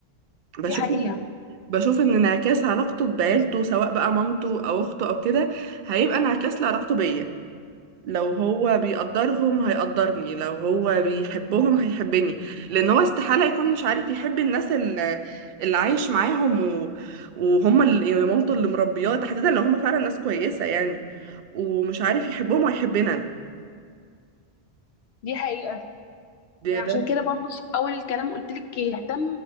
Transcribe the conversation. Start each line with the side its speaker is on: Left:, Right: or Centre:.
Right: بشوف
Left: دي حقيقة
Right: إن- بشوف ان انعكاس علاقته بعيلته سواء بقى مامته او اخته او كده هيبقى انعكاس لعلاقته بيا لو هو بيقدرهم هيقدرني لو هو بيحبهم هيحبني لان هو استحالة يكون مش عارف يحب الناس اللي, اللي عايش معاهم و... وهم اللي يعني مامته اللي مربياه تحديدا لو هم فعلا ناس كويسة يعني ومش عارف يحبهم وهيحبني انا
Left: دي حقيقة
Right: ده
Left: آه، عشان
Right: ده
Left: كده برضو في اول الكلام قلت لك يهتم